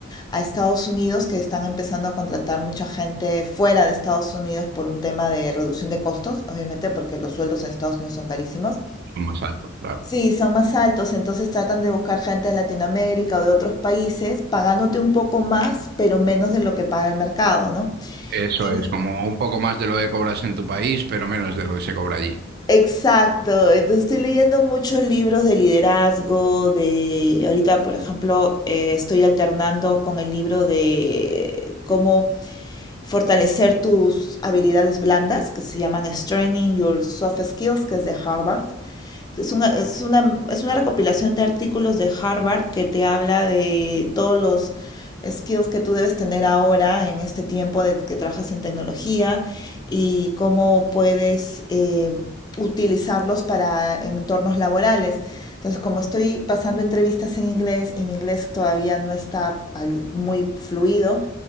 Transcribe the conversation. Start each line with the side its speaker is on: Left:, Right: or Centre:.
Left: a Estados Unidos, que están empezando a contratar mucha gente fuera de Estados Unidos por un tema de reducción de costos, obviamente, porque los sueldos en Estados Unidos son carísimos.
Right: Son más altos, claro.
Left: Sí, son más altos, entonces tratan de buscar gente de Latinoamérica o de otros países, pagándote un poco más, pero menos de lo que paga el mercado, ¿no?
Right: Eso
Left: Sí.
Right: es, como un poco más de lo que cobras en tu país, pero menos de lo que se cobra allí.
Left: Exacto, entonces estoy leyendo muchos libros de liderazgo, de ahorita, por ejemplo, eh, estoy alternando con el libro de cómo fortalecer tus habilidades blandas, que se llaman strengthening Your Soft Skills, que es de Harvard. Es una, es una, es una recopilación de artículos de Harvard que te habla de todos los skills que tú debes tener ahora en este tiempo de que trabajas en tecnología y cómo puedes eh, utilizarlos para entornos laborales. Entonces, como estoy pasando entrevistas en inglés y mi inglés todavía no está muy fluido,